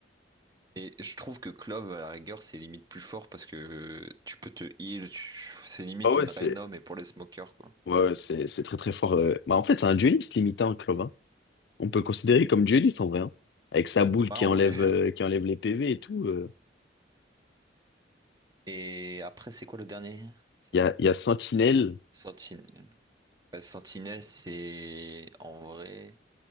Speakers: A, on the right; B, on the left.
A: Et je trouve que Clove, à la rigueur, c'est limite plus fort parce que euh, tu peux te heal, tu- c'est limite
B: Ah ouais,
A: une
B: c'est,
A: Rhino, mais pour les smokers, quoi.
B: ouais, ouais, c'est, c'est très, très fort. euh. Bah, en fait, c'est un dueliste limite, hein, Clove, hein. On peut le considérer comme dueliste en vrai, hein. Avec sa boule
A: Ouais,
B: qui
A: en
B: enlève,
A: vrai.
B: euh, qui enlève les PV et tout. euh.
A: Et après, c'est quoi le dernier? C'est
B: Il y a, il y a Sentinel,
A: Sentinelle. Ouais, Sentinelle, c'est en vrai.